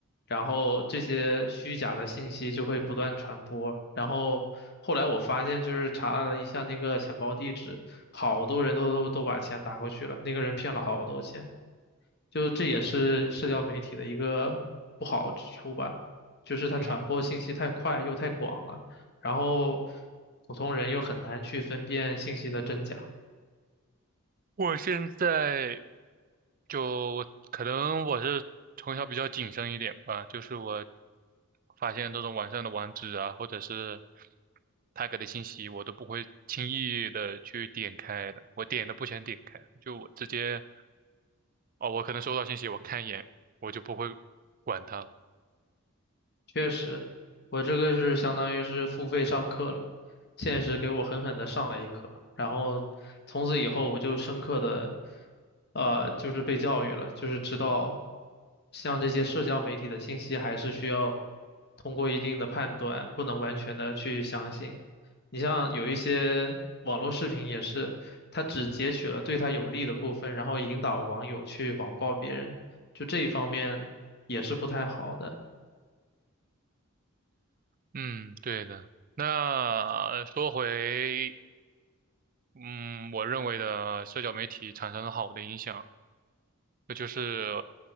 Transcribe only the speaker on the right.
嗯，
我现在就可能我是从小比较谨慎一点吧，就是我发现这种网上的网址啊，或者是他给的信息，我都不会轻易的去点开的，我点都不想点开，就我直接。哦，我可能收到信息，我看一眼，我就不会管它了。
嗯，对的。那说回，嗯，我认为的社交媒体产生了好的影响，那就是